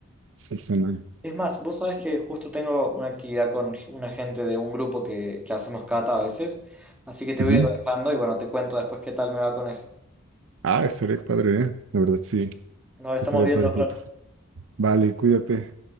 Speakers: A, on the right; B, in the centre.
A: sí suena.
B: Es más, vos sabés que justo tengo una actividad con g- una gente de un grupo que, que hacemos cata a veces, así que te
A: Ujú.
B: voy a ir dejando y bueno, te cuento después qué tal me va con eso.
A: Ah, estaría padre, ¿eh? La verdad, sí.
B: Nos estamos
A: Estaría
B: viendo,
A: padre el
B: Fer.
A: plato. Vale, cuídate.